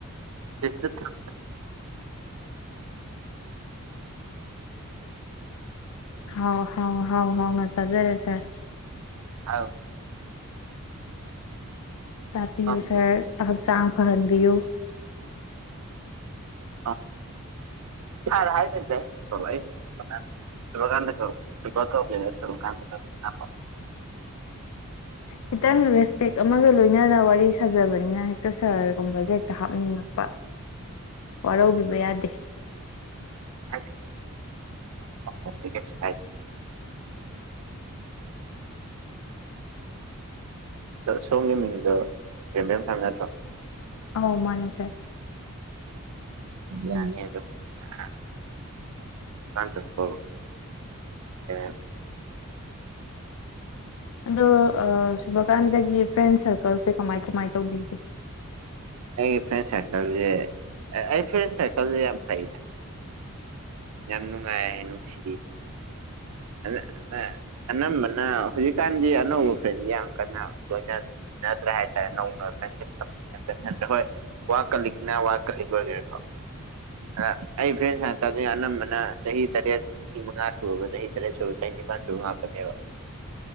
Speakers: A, on the right; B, on the left.
A: <unintelligible>
B: ꯍꯥꯎ ꯍꯥꯎ ꯍꯥꯎ ꯍꯥꯎ ꯅ ꯆꯥꯖꯔꯦ ꯁꯔ
A: <unintelligible>
B: ꯇꯥꯛꯄꯤꯌꯨ
A: ꯊꯝꯅ
B: ꯁꯔ ꯍꯛꯆꯥꯡ ꯐꯍꯟꯕꯤꯌꯨ
A: ꯑ ꯁꯔ ꯍꯥꯏꯗꯕꯤꯗ ꯑꯩ ꯃꯤꯡ ꯀꯧꯔꯛꯑꯣ ꯑꯩ ꯃꯤꯡ <unintelligible> ꯁꯨꯕꯀꯥꯟꯇꯥ‌ ꯀꯧꯏ ꯁꯨꯕ ꯀꯧꯒꯦꯔꯥ <unintelligible>
B: <inaudible> ꯈꯤꯇꯪ ꯔꯦꯁꯄꯦꯛ ꯑꯃꯒ ꯂꯣꯏꯅꯅ ꯋꯥꯔꯤ ꯁꯥꯖꯕꯅꯤꯅ ꯍꯦꯛꯇ ꯁꯔꯒꯨꯝꯕꯖꯦ ꯍꯦꯛꯇ ꯍꯥꯞꯅꯤꯡꯉꯛꯄ ꯋꯥꯔꯧꯕꯤꯕ ꯌꯥꯗꯦ
A: <unintelligible> ꯁꯔ ꯁꯣꯝꯒꯤ ꯃꯤꯡꯗꯣ ꯕꯦꯝꯕꯦꯝ ꯍꯥꯏꯕ ꯅꯠꯇ꯭ꯔꯣ
B: ꯑꯧ ꯃꯥꯅꯤ ꯁꯔ
A: ꯎꯝ ꯌꯥꯅꯦ ꯑꯗꯨꯝ <unintelligible>
B: ꯑꯗꯣ ꯑ ꯁꯨꯕꯀꯥꯟꯇꯥꯒꯤ ꯐ꯭ꯔꯦꯟ ꯁꯔꯀꯜꯁꯦ ꯀꯃꯥꯏ ꯀꯃꯥꯏ ꯇꯧꯕꯤꯒꯦ
A: ꯑꯩꯒꯤ ꯐ꯭ꯔꯦꯟ ꯁꯔꯀꯜꯖꯦ ꯑꯩ ꯐ꯭ꯔꯦꯟ ꯁꯔꯀꯜꯖꯦ ꯌꯥꯝ ꯐꯩꯗ ꯌꯥꯝ ꯅꯨꯡꯉꯥꯏꯌꯦ ꯅꯨꯡꯁꯤ <unintelligible> ꯑꯅꯝꯕꯅ ꯍꯨꯖꯤꯛꯀꯥꯟꯗꯤ ꯑꯅꯧꯕ ꯐ꯭ꯔꯦꯟꯗꯤ ꯌꯥꯝ ꯀꯟꯅ ꯂꯣꯏꯅ ꯅꯗ꯭ꯔꯦ ꯍꯥꯏꯇꯥꯔꯦ ꯅꯧꯅ ꯐ꯭ꯔꯦꯟꯁꯤꯞ ꯊꯝꯕꯖꯦ <unintelligible> ꯋꯥ ꯀꯂꯤꯛꯅ ꯋꯥ ꯀꯂꯤꯛ ꯑꯣꯏꯒ꯭ꯔꯦꯀꯣ ꯈꯔ ꯑꯩ ꯐ꯭ꯔꯦꯟ ꯁꯔꯀꯜꯖꯦ ꯑꯅꯝꯕꯅ ꯆꯍꯤ ꯇꯔꯦꯠ ꯆꯍꯤ ꯃꯉꯥ ꯁꯨꯔꯕ ꯆꯍꯤ ꯇꯔꯦꯠ ꯁꯨꯕ ꯆꯍꯤ ꯅꯤꯄꯥꯟ ꯁꯨꯔꯕ ꯉꯥꯛꯇꯅꯦꯕ